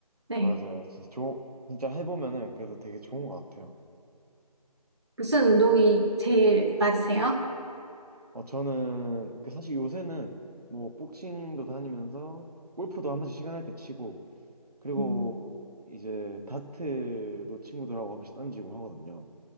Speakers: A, on the right; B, on the right.
A: 네.
B: 맞아요. 진짜 좋, 진짜 해보면은 그래도 되게 좋은 것 같아요.
A: 무슨 운동이 제일 맞으세요?
B: 어, 저는 그 사실 요새는 뭐 복싱도 다니면서 골프도 한 번씩 시간 날 때 치고 그리고
A: 음.
B: 이제 다트도 친구들하고 한 번씩 던지고 하거든요.